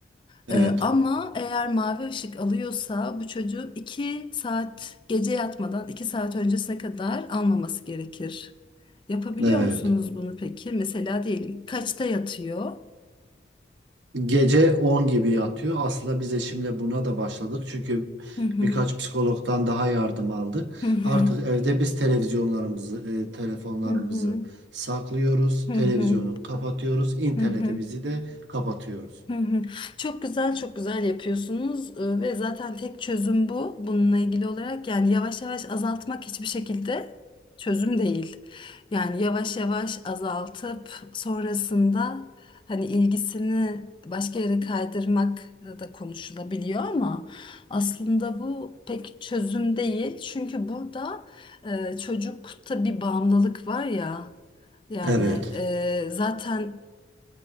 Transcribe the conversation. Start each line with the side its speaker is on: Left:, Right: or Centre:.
Right: evet,
Left: Ee, ama eğer mavi ışık alıyorsa bu çocuğun 2 saat gece yatmadan 2 saat öncesine kadar almaması gerekir. Yapabiliyor
Right: evet.
Left: musunuz bunu peki? Mesela diyelim kaçta yatıyor?
Right: Gece 10 gibi yatıyor. Aslında biz eşimle buna da başladık. Çünkü
Left: Hı hı.
Right: birkaç psikologdan daha yardım aldık.
Left: Hı hı.
Right: Artık evde biz televizyonlarımızı, e, telefonlarımızı
Left: Hı hı.
Right: saklıyoruz.
Left: Hı
Right: Televizyonu
Left: hı.
Right: kapatıyoruz. internetimizi
Left: Hı hı.
Right: de kapatıyoruz.
Left: Hı hı. Çok güzel, çok güzel yapıyorsunuz Ee, ve zaten tek çözüm bu. Bununla ilgili olarak yani yavaş yavaş azaltmak hiçbir şekilde çözüm değil. Yani yavaş yavaş azaltıp sonrasında hani ilgisini başka yere kaydırmak da konuşulabiliyor ama aslında bu pek çözüm değil. Çünkü burada e, çocukta bir bağımlılık var ya. Yani
Right: Evet.
Left: e, zaten